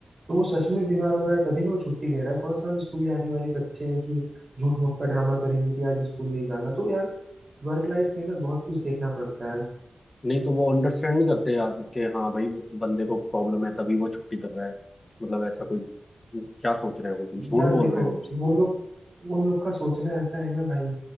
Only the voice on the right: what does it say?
तो वो सच में बीमार हो रहा है तभी ना वो छुट्टी ले रहा है कौन सा हम स्कूल जाने वाले बच्चे हैं कि झूठ मूठ का ड्रामा करेंगे कि आज स्कूल नहीं जाना तो यार वर्क लाइफ में ना बहुत कुछ देखना पड़ता है
यार
देखो
वो लोग उन लोग का सोचना ऐसा है ना भाई